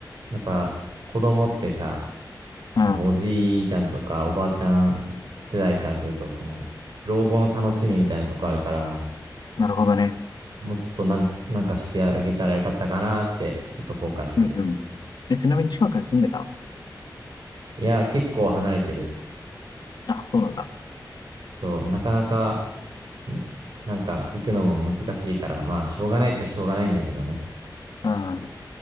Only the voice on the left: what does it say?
うん。
なるほどね。
うんうん。え、ちなみに近くに住んでたの
あ、そうなんだ。
うん。